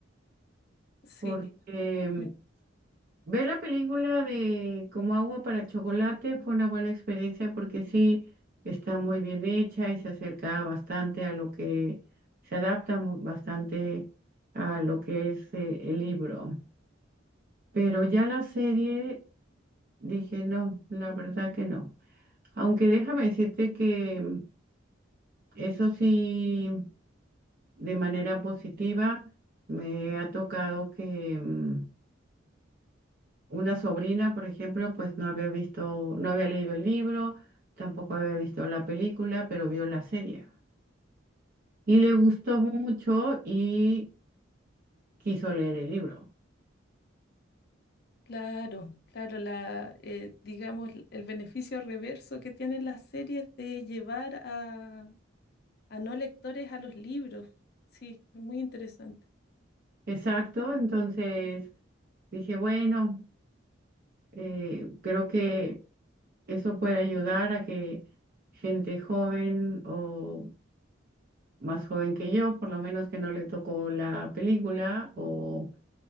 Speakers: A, on the left; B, on the right.
A: Sí,
B: porque
A: me-
B: ver la película de Como agua para chocolate fue una buena experiencia porque sí está muy bien hecha y se acerca bastante a lo que se adapta mu- bastante a lo que es eh, el libro. Pero ya la serie dije no, la verdad que no. Aunque déjame decirte que eso sí. de manera positiva. Me ha tocado que mm, una sobrina, por ejemplo, pues no había visto, no había leído el libro, tampoco había visto la película, pero vio la serie. Y le gustó mucho y quiso leer el libro.
A: Claro, claro, la, eh, digamos, el beneficio reverso que tienen las series de llevar a, a no lectores a los libros. Sí, es muy interesante.
B: Exacto, entonces dije, bueno, eh, creo que eso puede ayudar a que gente joven o más joven que yo, por lo menos que no le tocó la película o